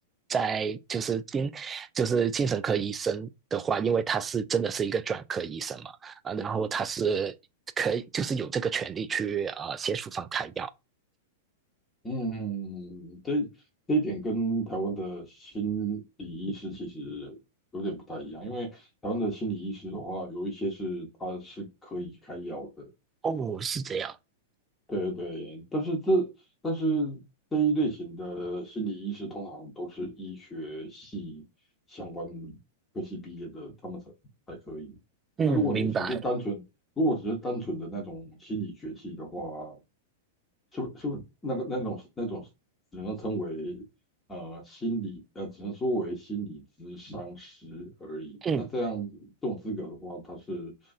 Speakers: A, on the right; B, on the left.
A: 在就是精就是精神科医生的话，因为他是真的是一个专科医生嘛，啊、呃然后他是可以就是有这个权利去啊、呃写处方开药。
B: 嗯，嗯嗯嗯嗯这这一点跟台湾的心理医师其实有点不太一样，因为台湾的心理医师的话，有一些是他是可以开药的，
A: 哦，是这样，
B: 对对，但是这但是这一类型的心理医师通常都是医学系相关科系毕业的，他们才才可以。
A: 嗯，
B: 那如果你只是单纯，
A: 明白，
B: 如果只是单纯的那种心理学系的话，就就那个那种那种，只能称为呃心理呃，只能说为心理咨商师而已。
A: 嗯，
B: 那这样这种资格的话，它是